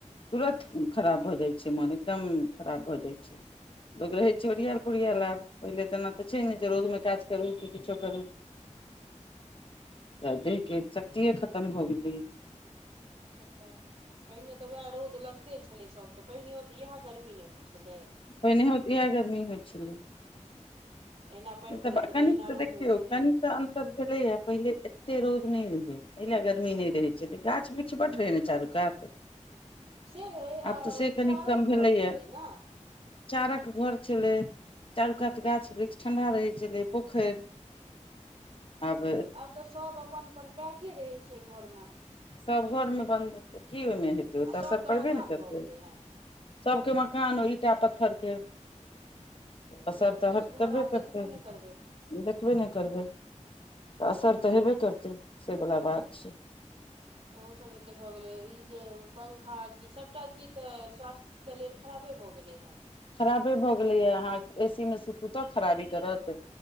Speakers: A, on the left; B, on the right.
A: तुरत खराब भऽ जाइ छै मोन एकदम खराब भऽ जाइ छै लोक रहै छै ओरियाल पोरियाल आब पहिले तऽ एना तऽ छै ने जे रौदमे काज करू कि किछो करू
B: <inaudible>
A: आदमीके शक्तिए खतम भऽ गेलै या
B: सभटा पहिने तऽ उएह रौद लगिते छलै सभके पहिनेयो तऽ इहाए गर्मी ने होइ छलै
A: पहिनेहो तऽ इहाए गरमी होइ छलै
B: अहिना पानि पड़ै
A: तऽ
B: छलै
A: कनिक
B: अहिना
A: तऽ
B: रौद
A: देखियौ
B: होइ छलै
A: कनि तऽ अन- सब भेलै या पहिले एते रौद नहि रहै पहिले गर्मी नहि रहै छलै गाछ वृक्ष बड्ड रहै ने चारू- -कात
B: से रहै आ-उ
A: आब तऽ से कनि
B: चारक
A: कम भेलैया
B: घर छलै न
A: चारक घर छलै चारू कात गाछ वृक्ष ठंडा रहै छलै पोखरि आबे
B: आब तऽ सब अपन अपन पैके रहहै छै घरमे
A: सब घरमे बन्द रहतै की ओहिमे हेतै ओ
B: आ
A: तऽ
B: सभके
A: असर पड़बे
B: मकान
A: नै करतै
B: भऽ गेलै हन
A: सबके मकान ओ ईटा पत्थरके असर
B: ककरो फूस
A: तहन
B: घर
A: करबे
B: आब
A: करतै
B: देखबे नहि करबै
A: देखबे नहि करबै तऽ असर तऽ हेबै करतै सेवला बात छै
B: ओहोसभ एतेक भऽ गेलै ई जे पंखा की सभटा चीज तऽ स्वास्थ्य के लेल खराबे भऽ गेलै हेँ
A: खराबे भऽ गेलैया अहाँ ए- सीमे सुतू तऽ खराबी करत